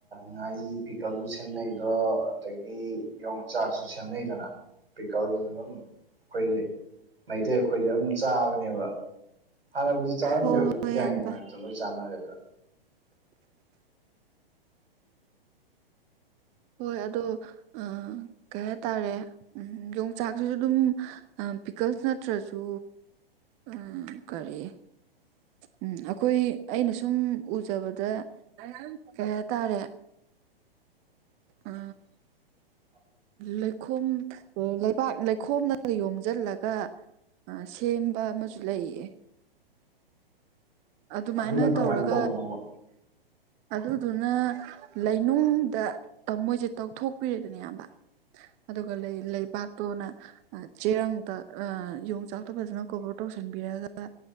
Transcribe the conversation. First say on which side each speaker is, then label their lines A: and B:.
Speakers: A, on the right; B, on the right.
A: ꯉꯥꯔꯤ ꯄꯤꯀꯜꯗꯖꯨ ꯁꯦꯝꯅꯩꯗꯣ꯫ ꯑꯗꯒꯤ ꯌꯣꯡꯆꯥꯛꯁꯨ ꯁꯦꯝꯅꯩꯗꯅ ꯄꯤꯀꯜꯒꯤꯖꯤ ꯗꯨꯝ ꯑꯈꯣꯏꯗꯤ ꯃꯩꯇꯩ ꯑꯈꯣꯏꯗꯤ ꯑꯗꯨꯝ ꯆꯥꯕꯅꯦꯕ꯫ ꯍꯥꯟꯅꯕꯨꯗꯤ ꯆꯥꯔꯝꯗꯦ
B: ꯍꯣꯏ
A: ꯍꯧꯖꯤꯛꯄꯨꯗꯤ
B: ꯍꯣꯏ ꯏꯌꯥꯝꯕ
A: ꯍꯩꯅꯔꯛꯇ꯭ꯔꯅ ꯂꯣꯏ ꯆꯥꯟꯅꯔꯦꯗ꯫
B: ꯍꯣꯏ ꯑꯗꯣ ꯑꯥ ꯀꯩ ꯍꯥꯏꯇꯥꯔꯦ꯫ ꯎꯝ ꯌꯣꯡꯆꯥꯛꯁꯤꯁꯨ ꯑꯗꯨꯝ ꯑꯥ ꯄꯤꯀꯜꯁ ꯅꯠꯇ꯭ꯔꯖꯨ ꯎꯝ ꯀꯔꯤ ꯁ ꯎꯝ ꯑꯩꯈꯣꯏ ꯑꯩꯅ ꯁꯨꯝ ꯎꯖꯕꯗ ꯀꯩ ꯍꯥꯏꯇꯥꯔꯦ
A: <unintelligible>
B: ꯑ ꯂꯩꯈꯣꯝ ꯂꯩꯕꯥꯛ ꯂꯩꯈꯣꯝꯅꯒ ꯌꯣꯝꯖꯜꯂꯒ ꯑ ꯁꯦꯝꯕ ꯑꯃꯁꯨ ꯂꯩꯌꯦ꯫ ꯑꯗꯨꯃꯥꯏꯅ
A: ꯑꯗꯨꯅ ꯀꯃꯥꯏꯅ
B: ꯇꯧꯔꯒ
A: ꯇꯧꯕꯅꯣꯕ
B: ꯑꯗꯨꯗꯨꯅ ꯂꯩꯅꯨꯡꯗ ꯑ ꯃꯣꯏꯖꯦ ꯇꯧꯊꯣꯛꯄꯤꯔꯦꯗꯅ ꯏꯌꯥꯝꯕ ꯑꯗꯨꯒ ꯂꯩ ꯂꯩꯕꯥꯛꯇꯨꯅ ꯑꯥ ꯆꯦꯔꯪꯇ ꯑ ꯌꯣꯡꯆꯥꯛꯇ ꯐꯖꯅ ꯀꯣꯕꯔ ꯇꯧꯁꯟꯕꯤꯔꯒ